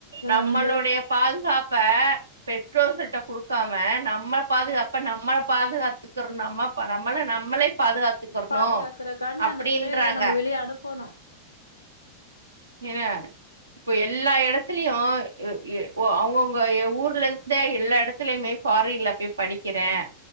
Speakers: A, on the right; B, on the left.
A: நம்மளுடைய
B: இருந்து
A: பால் பாதுகாப்ப பெற்றோர்கள்ட்ட குடுக்காம நம்ம பாதுகாப்ப நம்மளப் பாதுகாத்துக்கிறோ நம்ம நம்ம நம்மளே பாதுகாத்துக்கறணு
B: பாதுகாக்கறக்காண்டி
A: அப்டின்றாங்க
B: அந்த பிள்ளைகள நம்ம வெளியே அனுப்பணும்
A: என்ன இப்போ எல்லா எடத்துலயும் உ எ ஒ அவுங்கவுங்க ஊர்ல இருந்தே எல்லா எடத்துலயுமே ஃபாரின்ல போய் படிக்கிறேன்